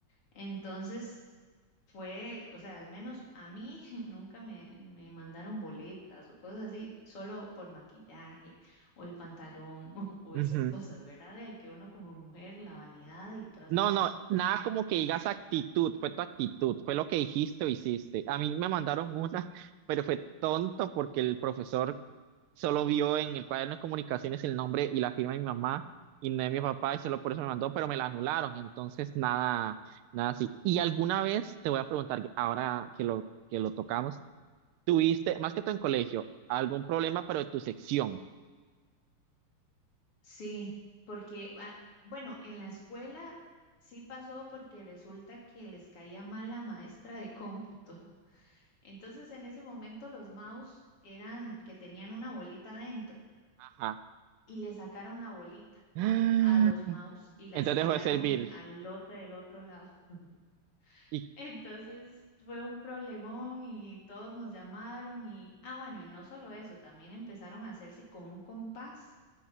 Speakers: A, on the left; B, on the right.
A: Entonces fue, o sea, al menos a mí <laughs> nunca me, me mandaron boletas o cosas así, solo por maquillaje o el pantalón <laughs> o, o
B: Ujú.
A: esas cosas, ¿verdad? De ahí que uno como mujer, la vanidad y todas
B: No,
A: esas cosas.
B: no, nada como que digas actitud, fue tu actitud, fue lo que dijiste o hiciste. A mí me mandaron <laughs> una, pero fue tonto porque el profesor solo vio en el cuaderno de comunicaciones el nombre y la firma de mi mamá y no de mi papá y solo por eso me mandó, pero me la anularon, entonces nada, nada así. Y alguna vez te voy a preguntar, ahora que lo, que lo tocamos, ¿tuviste, más que todo en colegio, algún problema, pero de tu sección?
A: Sí, porque, ah, bueno, en la escuela sí pasó porque resulta que les caía mal la maestra de cómputo. Entonces, en ese momento los mouse eran que tenían una bolita dentro
B: Ajá.
A: y le sacaron la bolita.
B: <gasps>
A: a los mouse y las
B: Entonces
A: tiraron
B: dejó de servir.
A: al lote del otro lado. <laughs>
B: Y,
A: Entonces fue un problemón y todos nos llamaron y, ah, bueno, y no solo eso, también empezaron a hacerse con un compás